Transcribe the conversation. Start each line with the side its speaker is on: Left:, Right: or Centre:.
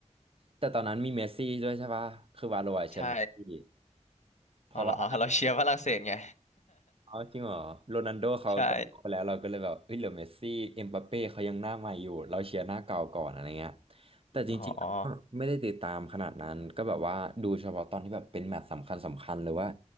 Right: แต่ตอนนั้นมีเมสซี่ด้วยใช่ปะคือวาโลอะแชมป์เมสซี่
Left: ใช่
Right: เพราะว่า
Left: อ๋อเหรอ <laughs> เราเชียร์ฝรั่งเศสไง
Right: เอาจริงเหรอโรนัลโดเขาตกไปแล้วเราก็เลยแบบเอ้ยเหลือเมสซี่เอ็มบัปเป้เขายังหน้าใหม่อยู่เราเชียร์หน้าเก่าก่อนอะไรเงี้ย
Left: <laughs> ใช่
Right: แต่จริงๆก็ไม่ได้ติดตามขนาดนั้นก็แบบว่าดูเฉพาะตอนที่แบบเป็นแมตช์สำคัญสำคัญหรือว่า
Left: อ๋อ